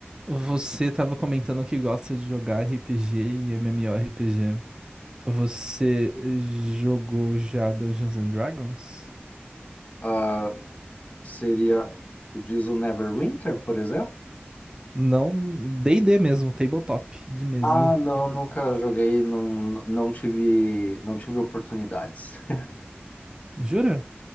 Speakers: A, on the right; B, on the left.
A: Você estava comentando que gosta de jogar RPG e MMORPG. Você jogou já Dungeons and Dragons?
B: Ah, seria, tu diz o Neverwinter, por exemplo?
A: Não, D&D mesmo, tabletop de mesa.
B: Ah, não, nunca joguei, não, não tive, não tive oportunidades. <laughs>
A: Jura?